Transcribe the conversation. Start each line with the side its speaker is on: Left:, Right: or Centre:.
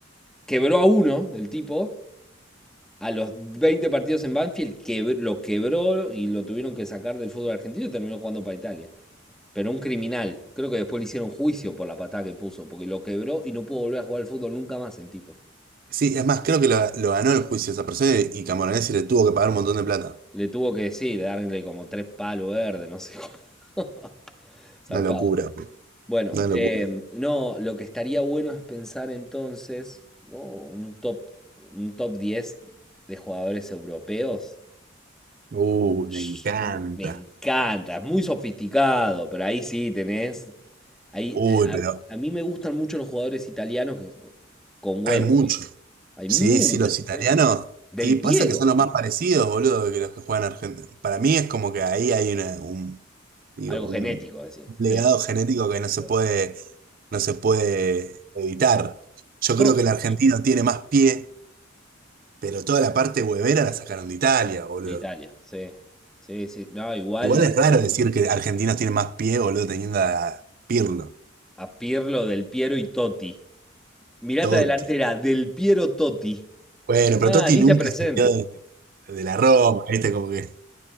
Centre: Quebró a uno el tipo. A los 20 partidos en Banfield quebr- lo quebró y lo tuvieron que sacar del fútbol argentino y terminó jugando para Italia. Pero un criminal. Creo que después le hicieron juicio por la patada que puso, porque lo quebró y no pudo volver a jugar al fútbol nunca más el tipo.
Right: Sí, es más, creo que lo, lo ganó el juicio esa persona y Camoranesi le tuvo que pagar un montón de plata.
Centre: Le tuvo que decir, darle como tres palos verdes, no sé. <laughs> Zarpado.
Right: Una locura, boludo.
Centre: Bueno,
Right: Una locura.
Centre: em, no, lo que estaría bueno es pensar entonces, ¿no? Un top, un top 10 de jugadores europeos.
Right: Uh,
Centre: Sh-
Right: me encanta.
Centre: Me encanta, es muy sofisticado, pero ahí sí tenés. Ahí,
Right: Uy,
Centre: de- a,
Right: pero
Centre: a mí me gustan mucho los jugadores italianos que son- con huevo,
Right: hay mucho.
Centre: ¿viste? Hay
Right: Sí,
Centre: muchos,
Right: sí, los italianos.
Centre: sí. Del
Right: Y
Centre: Piero,
Right: pasa que son los más parecidos, boludo, que los que juegan Argentina. Para mí es como que ahí hay una- un, digo,
Centre: algo
Right: un
Centre: genético, así, sí.
Right: legado genético que no se
Centre: sí.
Right: puede, no se puede evitar. Yo
Centre: Totti,
Right: creo que el argentino tiene más pie Pero toda la parte huevera la sacaron de Italia, boludo.
Centre: de Italia, sí. Sí, sí. No, igual
Right: Igual es raro decir que Argentina tiene más pie, boludo, teniendo a Pirlo,
Centre: a Pirlo, Del Piero y Totti. Mirata
Right: Totti.
Centre: delantera del Piero Totti.
Right: Bueno, pero
Centre: Ah,
Right: Totti
Centre: ni
Right: nunca
Centre: te presentes.
Right: se quedó de, de la Roma, ¿viste? Como que